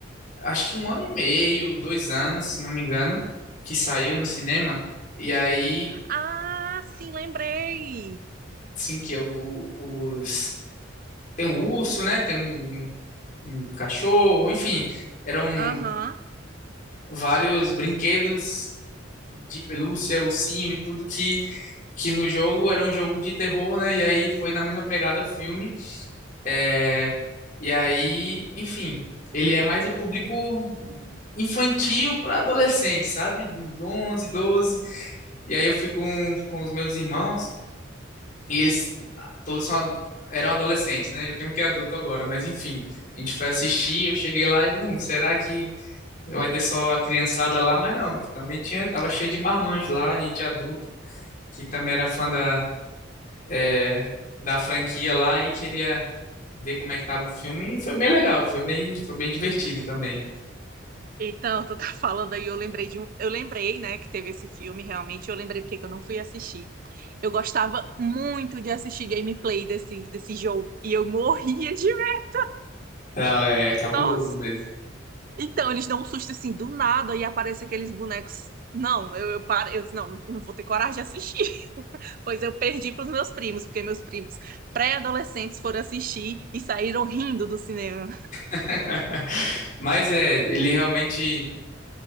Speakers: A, on the left; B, on the right.
A: acho que um ano e meio, dois anos, se não me engano, que saiu no cinema. E aí,
B: Ah, sim, lembrei.
A: sim, que é o- os. Tem um urso, né? Tem um um um cachorro, enfim, eram
B: Aham.
A: vários brinquedos de pelúcia, ursinho e tudo que, que no jogo era um jogo de terror, né? E aí foi na mesma pegada o filme. É, e aí, enfim, ele é mais o público infantil para adolescente, sabe? Dos 11, 12 E aí eu fui com, com os meus irmãos e eles todos são, ad- eram adolescentes, né? Já tem um que é adulto agora, mas enfim, a gente foi assistir, eu cheguei lá e, hum, será que Vai ter só a criançada lá, mas não. Também tinha, tava cheio de marmanjos lá, gente adulta, que também era fã da, é, da franquia lá e queria ver como é que tava o filme. E foi bem legal, foi bem, foi bem divertido também.
B: Então, tu tá falando aí, eu lembrei de um, eu lembrei, né, que teve esse filme, realmente, eu lembrei porque que eu não fui assistir. Eu gostava muito de assistir gameplay desse, desse jogo e eu morria de medo.
A: Não, é cabuloso
B: Nossa,
A: mesmo.
B: Então, eles dão um susto assim do nada e aparece aqueles bonecos. Não, eu, eu paro, eu disse, não, não, não vou ter coragem de assistir. <laughs> Pois eu perdi para os meus primos, porque meus primos pré-adolescentes foram assistir e saíram rindo do cinema.
A: <laughs> Mas é, ele realmente